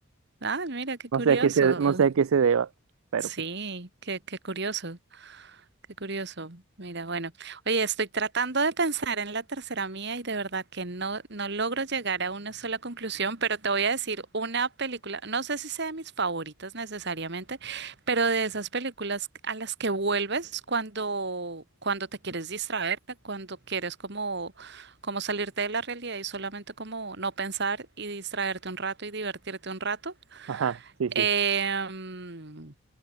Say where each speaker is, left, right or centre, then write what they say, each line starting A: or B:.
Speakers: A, on the right; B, on the right.
A: Ah, mira, qué
B: No
A: curioso.
B: sé a qué se, no sé a qué se deba, pero
A: Sí,
B: pues,
A: qué, qué curioso. Qué curioso. Mira, bueno, oye, estoy tratando de pensar en la tercera mía y de verdad que no, no logro llegar a una sola conclusión, pero te voy a decir una película, no sé si sea de mis favoritas necesariamente, pero de esas películas a las que vuelves cuando, cuando te quieres distraerte, cuando quieres como, como salirte de la realidad y solamente como no pensar y distraerte un rato y divertirte un rato.
B: ajá, sí,
A: Em,
B: sí.